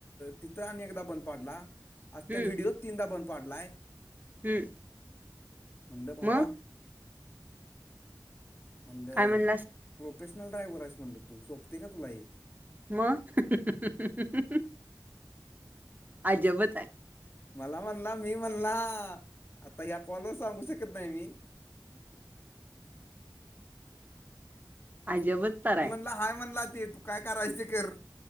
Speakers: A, on the left; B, on the right.
A: तित्र आणि एकदा बंद पाडला आज
B: हम्म
A: त्या व्हिडिओच तीनदा बंद पाडलाय.
B: हम्म.
A: म्हंद भावा.
B: मग
A: म्हणलं
B: काय म्हणलास
A: प्रोफेशनल ड्राय्हर आहेस म्हणलं तू सोपते का तुला हे.
B: मगऽऽ अजबच आय.
A: मला म्हणला, मी म्हणला, आता ह्या कॉलवर सांगू शकत नाही मी.
B: अजबच तरय
A: ला हाय म्हणला ते तू काय कारायच कर.